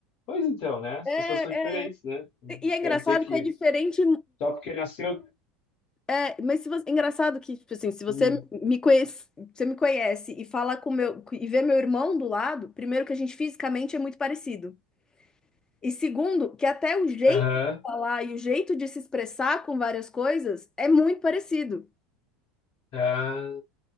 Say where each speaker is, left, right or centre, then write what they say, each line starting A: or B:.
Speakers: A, on the left; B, on the left.
A: Pois então, né? As
B: É,
A: pessoas são diferentes,
B: é.
A: né? Não
B: E é engraçado
A: Quer dizer que
B: que é diferente.
A: só porque nasceu.
B: é, mas se você, é engraçado que, tipo assim, se você
A: Hum.
B: me conhece, você me conhece e fala com meu e vê meu irmão do lado, primeiro que a gente fisicamente é muito parecido. E segundo, que até o jeito
A: Aham,
B: de falar e o jeito de se expressar com várias coisas é muito parecido.
A: ah,